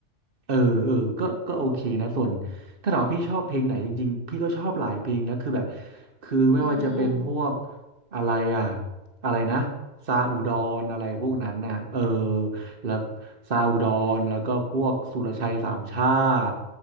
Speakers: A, on the right; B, on the left.
A: เออเออก็ก็โอเคนะส่วนถ้าถามว่าพี่ชอบเพลงไหนจริงๆพี่ก็ชอบหลายเพลงนะคือแบบคือไม่ว่าจะเป็นพวก
B: อืม
A: อะไรอ่ะอะไรนะซาอุดรอะไรพวกนั้นน่ะเออแล้วซาอุดรแล้วก็พวกสุรชัยสามชาติ